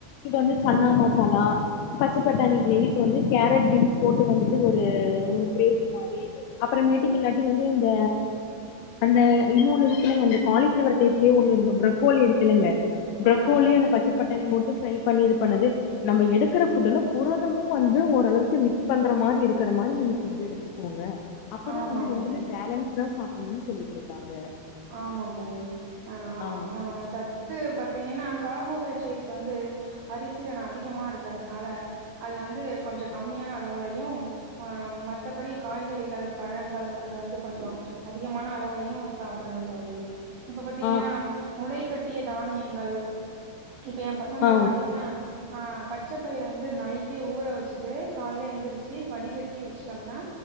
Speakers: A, on the left (about 85°); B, on the right (about 80°).
A: இது வந்து சன்னா
B: ஆமா
A: மசாலா
B: தோழி
A: பச்சை பட்டாணி கிரேவிக்கு வந்து கேரட் பீன்ஸ் போட்டு வந்துட்டு ஒரு ஒரு கிரேவி மாரி அப்புறமேட்டுக்கு இல்லாட்டி வந்து இந்த அந்த இன்ன ஒண்ணு இருக்குல்லங்க அந்த காலிபிளோவர் டைப்லயே ஒண்ணு பிரகோலி இருக்குல்லுங்க பிரகோலி
B: ஆமா தோழி
A: அந்த பச்சை பட்டணி போட்டு பண்ணி இது பண்ணது நம்ம எடுக்கிற புரதமும் வந்து ஓளவுக்கு மிக்ஸ் பண்ற மாதிரி இருக்கிற மாதிரி நீங்க எடுத்து போங்க அப்பதான்
B: ஆமா
A: வந்து ரெண்டுமே
B: தோழி
A: பேலன்ஸ் தான் சாப்பிடணு சொல்லிட்டு இருக்காங்க
B: ஆமா தோழி ஆஹ் ஆமா
A: ஆ
B: ஆஹ் சத்து பாத்தீங்கன்னா கார்போஹைட்ரேட்ஸ் வந்து அரிசீல அதிகமாக இருக்கிறதுனால அது வந்து கொஞ்சம் கம்மியான அளவுலையும் மத்தபடி காய்கறிகள் பழங்கள் அது வந்து கொஞ்சம் அதிகமான அளவுலையும் சாப்படணும் தொழி இப்ப பாத்தீங்கன்னா
A: ஆ
B: முளை கட்டிய தானியங்கள் இப்ப ஏ பசங்களுக்கு
A: ஆ
B: பாத்தீங்கன்னா ஆ பச்ச பயிரை வந்து நைட்டே ஊற வச்சுட்டு காலே எழுந்திரிச்சு வடிகட்டி வச்சுட்டோம்னா